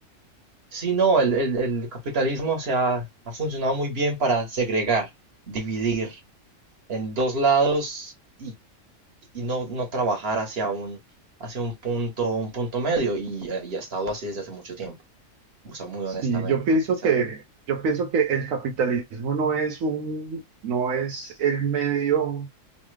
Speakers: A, on the right; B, on the right.
A: Sí, no, el, el- el capitalismo se ha, ha funcionado muy bien para segregar, dividir en dos lados y, y no, no trabajar hacia un, hacia un punto, un punto medio y, eh, y ha estado así desde hace mucho tiempo, o sea, muy
B: Sí,
A: honestamente.
B: yo pienso
A: sí, o sea,
B: que, yo pienso que el capitalismo no es un, no es el medio